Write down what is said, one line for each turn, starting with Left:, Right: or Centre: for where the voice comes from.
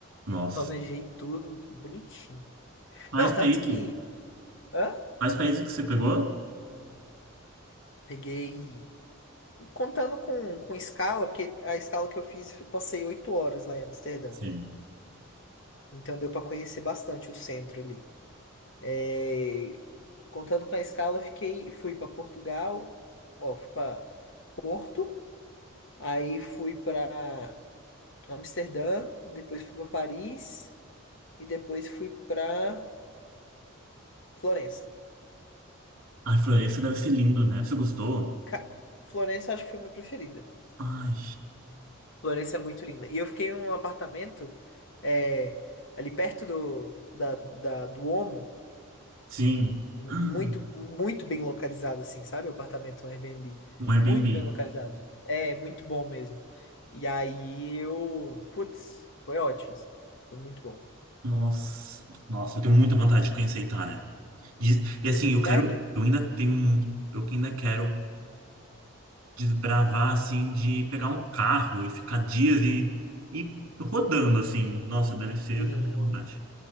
Right: Nossa.
Left: Planejei tudo bonitinho.
Right: Quais
Left: Não, tanto
Right: países?
Left: que. Hã?
Right: Quais países que você pegou?
Left: Peguei. Contando com, com escala, porque a escala que eu fiz, eu passei oito horas lá em Amsterdã,
Right: Sim.
Left: né? Então deu para conhecer bastante o centro ali. É, Contando com a escala, eu fiquei, fui para Portugal, ó, fui para Porto, aí fui para Amsterdã, depois fui para Paris e depois fui para Florença.
Right: Ai, Florença deve ser lindo, né? Você gostou?
Left: Ca- Florença acho que foi minha preferida.
Right: Ai.
Left: Florença é muito linda. E eu fiquei num apartamento é, ali perto do, da, da- do Omo,
Right: Sim. <gasps>
Left: muito, muito bem localizado, assim, sabe? O apartamento, um Airbnb.
Right: Ah, Um Airbnb.
Left: Muito bem localizado. É, muito bom mesmo. E aí eu. Putz, foi ótimo, assim. Foi muito bom.
Right: Nossa, nossa, eu tenho muita vontade de conhecer a Itália. Diz- E assim, eu
Left: Sério?
Right: quero, eu ainda tenho, um- eu ainda quero desbravar assim de pegar um carro e ficar dias e, e rodando assim. Nossa, deve ser,
Left: Sim.
Right: eu tenho muita vontade.